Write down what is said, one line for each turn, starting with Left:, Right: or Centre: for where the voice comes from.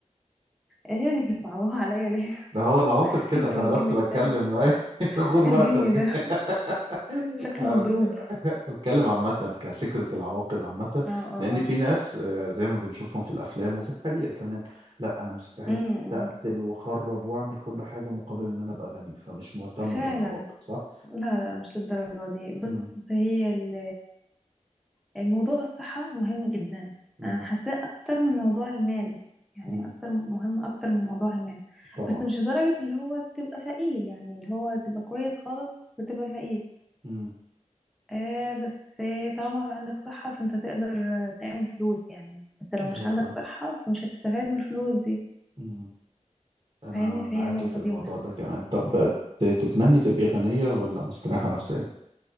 Centre: ايه <laughs> بيصعبوها عليا ليه
Right: ده
Centre: <laughs>
Right: هو العواقب كده
Centre: انت
Right: فانا
Centre: والجن
Right: بس بتكلم
Centre: بتاع
Right: <laughs> غربتك
Centre: الجن ده
Right: <laughs> انا
Centre: شكله مضروب
Right: بك- بتكلم عامة كفكرة العواقب عامة
Centre: اه اه
Right: لان في ناس آه، زي ما بنشوفهم في الافلام وفي الحقيقة كمان لا انا مستعد
Centre: امم
Right: اقتل واخرب واعمل كل حاجة مقابل ان انا ابقى غني فمش مهتم
Centre: فعلا
Right: بالعواقب صح؟
Centre: لا لا مش للدرجة دي بس
Right: امم
Centre: هي ال موضوع الصحة مهم جدا
Right: امم
Centre: أنا حاساه أكتر من موضوع المال يعني
Right: امم
Centre: أكتر مهم أكتر من موضوع المال
Right: طبعا
Centre: بس مش لدرجة اللي هو تبقى فقير يعني اللي هو تبقى كويس خالص وتبقى فقير
Right: امم
Centre: آه بس طالما عندك صحة فأنت تقدر تعمل فلوس يعني بس لو مش
Right: ايوه
Centre: عندك
Right: فاهم
Centre: صحة فمش هتستفاد من الفلوس دي
Right: إمم. انا
Centre: فاهمني
Right: معاك
Centre: فهي النقطة
Right: في الموضوع
Centre: دي مهمة
Right: ده كمان طب ت- تتمني تبقي غنية ولا مستريحة نفسيا